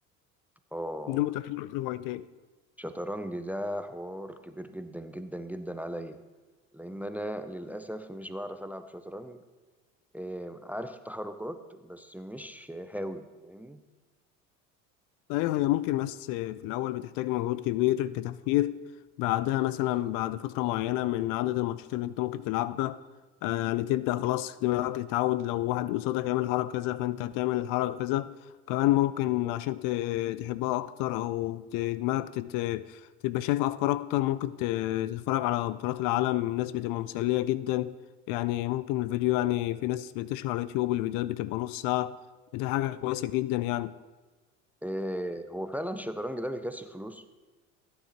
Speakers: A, in the centre; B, on the left.
A: اه
B: دول متعتبر هوايتين
A: شطرنج ده حوار كبير جدا جدا جدا عليا لان انا للاسف مش بعرف العب شطرنج آه، عارف التحركات بس مش هاوي فاهمني
B: ايوه هي ممكن بس في الاول بتحتاج مجهود كبير كتفكير بعدها مثلا بعد فتره معينه من عدد الماتشات اللي انت ممكن تلعبها آه، يعني تبدا خلاص دماغك تتعود لو واحد قصادك يعمل حركه كذا فانت هتعمل الحركه كذا كمان ممكن عشان ت- تحبها اكتر او ت- دماغك تت- تبقى شايف افكار اكتر ممكن ت- تتفرج على بطولات العالم ناس بتبقى مسليه جدا يعني ممكن الفيديو يعني في ناس بتشهر على اليوتيوب الفيديوهات بتبقى نص ساعه دي حاجه كويسه جدا يعني
A: آه، هو فعلا الشطرنج ده بيكسب فلوس